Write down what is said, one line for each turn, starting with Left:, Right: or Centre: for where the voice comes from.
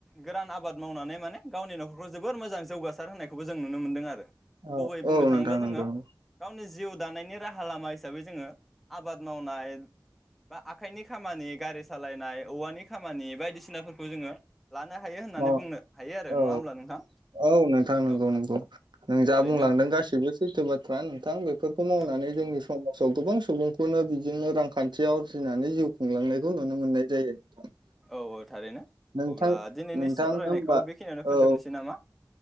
Centre: गोरान आबाद मावनानै माने गावनि न'खरखौ जोबोर मोजां जौगासार होनायखौबो जों नुनो मोनदों आरो
Right: औ
Centre: गुबै बुंनो
Right: औ
Centre: थाङोब्ला
Right: नोंथां नंगौ
Centre: जोङो
Right: नंगौ
Centre: गावनि जिउ दानायनि राहा लामा हिसाबै जोङो आबाद मावनाय बा आखाइनि खामानि गारि सालायनाय औवानि खामानि बायदिसिना फोर खौ जोङो लानो हायो होननानै
Right: <unintelligible> औ
Centre: बुंनो हायो आरो
Right: औ
Centre: नङा होमब्ला नोंथां
Right: औ नोंथां नोंगौ
Centre: औ
Right: नोंगौ नों जा
Centre: थारैनो
Right: बुंलांदों गासिबो सैथो बाथ्रा नोंथां बेफोरखौ मावनानै
Centre: औ
Right: जोंनि समाजाव गोबां सुबुंखौनो बिजोंनो रांखानथियाव आरजिनानै जिउ खुंलांनायखौ नुनो मोननाय जायो नोंथां
Centre: औ औ थारै
Right: नोंथां
Centre: अब्ला दिनैनि
Right: नोंथां
Centre: सावरायनायखौ
Right: होमबा
Centre: बेखिनियावनो फोजोबनोसै
Right: औ
Centre: नामा